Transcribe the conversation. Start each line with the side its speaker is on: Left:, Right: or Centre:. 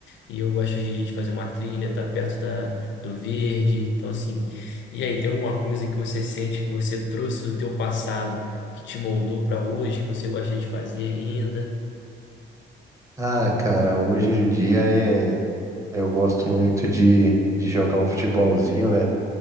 Left: e eu gosto hoje em dia de fazer uma trilha, estar perto da, do verde. Então, assim, e aí, tem alguma coisa que você sente que você trouxe do teu passado, que te moldou para hoje, que você gosta de fazer ainda?
Right: Ah, cara, hoje em dia é. Eu gosto muito de, de jogar um futebolzinho, né?